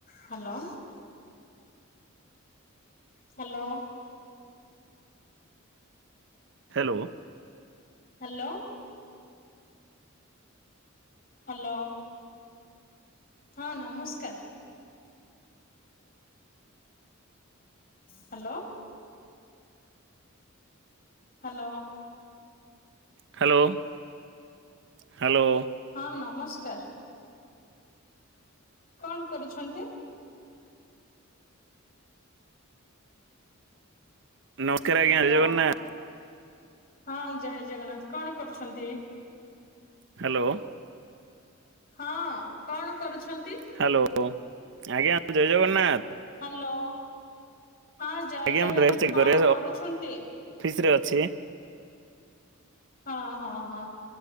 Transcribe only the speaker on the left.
Hello. Hello.
Hello. Hello ହଁ ନମସ୍କାର। Hello. Hello.
ହଁ ନମସ୍କାର। କଣ କରୁଛନ୍ତି?
ହ୍ୟାଲୋ
ହଁ ଜୟ ଜଗନ୍ନାଥ କଣ କରୁଛନ୍ତି?
ହଁ କଣ କରୁଛନ୍ତି?
ହ୍ୟାଲୋ ହଁ ଜୟ
ଜଗନ୍ନାଥ
କଣ
କରୁଛନ୍ତି?
ହଁ ହଁ ହଁ।